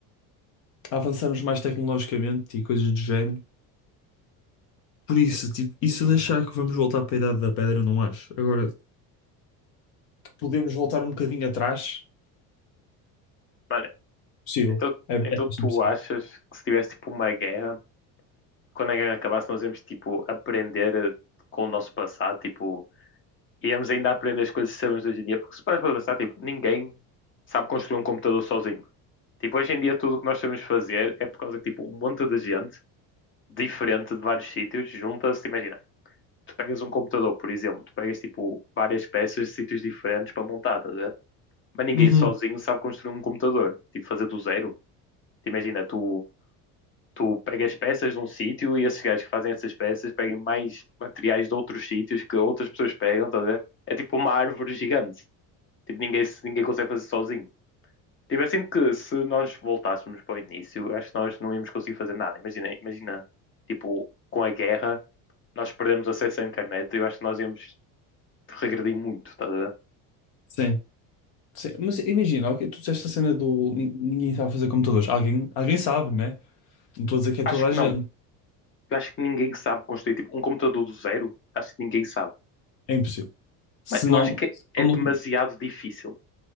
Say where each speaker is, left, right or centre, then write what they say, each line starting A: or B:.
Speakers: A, on the left; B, on the left.
A: a avançarmos mais tecnologicamente e coisas do género. Por isso, tipo, isso de achar que vamos voltar para a Idade da Pedra, não acho. Agora, podemos voltar um bocadinho atrás,
B: Olha,
A: possível.
B: então,
A: É, é
B: então
A: bastante
B: tu achas
A: possível.
B: que se tivesse tipo uma guerra, quando a guerra acabasse, nós íamos tipo aprender eh, com o nosso passado, tipo, íamos ainda aprender as coisas que sabemos hoje em dia, porque se paras para pensar, tipo, ninguém sabe construir um computador sozinho. Tipo, hoje em dia tudo o que nós sabemos fazer é por causa que, tipo, um monte de gente diferente de vários sítios junta-se, imagina, tu pegas um computador, por exemplo, tu pegas, tipo, várias peças de sítios diferentes para montar, estás a ver? Mas ninguém
A: Uhum.
B: sozinho sabe construir um computador, tipo, fazer do zero. Tu Imagina, tu, tu pegas peças de um sítio e esses gajos que fazem essas peças pegam mais materiais de outros sítios que outras pessoas pegam, estás a ver? É tipo uma árvore gigante. Tipo, ninguém, se- ninguém consegue fazer sozinho. Tipo, eu sinto que se nós voltássemos para o início, acho que nós não íamos conseguir fazer nada. Imagina, imagina, tipo, com a guerra, nós perdemos acesso à internet, eu acho que nós íamos regredir muito, estás a ver?
A: Sim. Sim. Mas imagina, ok, tu disseste a cena do nin- ninguém sabe fazer computadores. Alguém, alguém sabe, né? Não estou a dizer que é
B: Acho
A: toda
B: que
A: a gente.
B: não. Eu acho que ninguém sabe construir, tipo, um computador do zero, acho que ninguém sabe.
A: É impossível. Se
B: Mas
A: não,
B: eu acho que
A: se
B: é
A: não,
B: demasiado difícil.